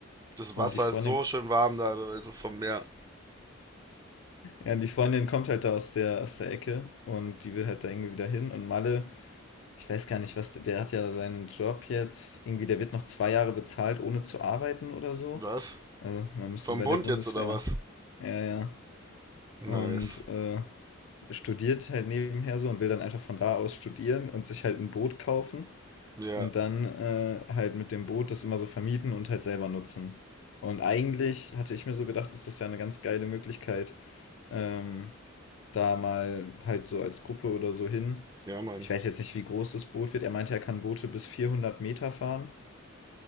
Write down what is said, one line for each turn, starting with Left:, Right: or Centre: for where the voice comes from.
Right: Das
Left: Und
Right: Wasser
Left: die Freundin,
Right: ist so schön warm da, also vom Meer.
Left: ja, die Freundin kommt halt da aus der, aus der Ecke und die will halt da irgendwie wieder hin. Und Malle, ich weiß gar nicht, was, der der hat ja seinen Job jetzt, irgendwie, der wird noch zwei Jahre bezahlt, ohne zu arbeiten oder so.
Right: Was?
Left: Also man müsste
Right: Vom
Left: bei
Right: Bund
Left: der Bundeswehr.
Right: jetzt oder was?
Left: Ja, ja.
Right: Nice.
Left: Und äh, studiert halt nebenher so und will dann einfach von da aus studieren und sich halt ein Boot kaufen.
Right: Ja,
Left: und dann äh, halt mit dem Boot das immer so vermieten und halt selber nutzen. Und eigentlich hatte ich mir so gedacht, ist das ja eine ganz geile Möglichkeit, ähm, da mal halt so als Gruppe oder so hin.
Right: ja, Mann.
Left: Ich weiß jetzt nicht, wie groß das Boot wird. Er meinte, er kann Boote bis 400 Meter fahren.